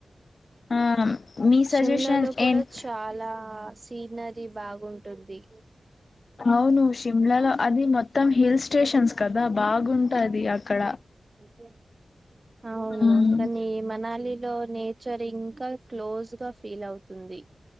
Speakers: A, on the left; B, on the right.
A: ఆ మీ సజెషన్
B: షిమ్లాలో కూడ
A: ఏంటి
B: చాలా సీనరి బాగుంటుంది
A: అవును షిమ్లాలో అది మొత్ మొత్తం హిల్ స్టేషన్స్ కదా బాగుంటాది అక్కడ
B: సి అవును
A: ఉమ్
B: కాని మనాలిలో నేచర్ ఇంక క్లోజ్ గా ఫీల్ అవుతుంది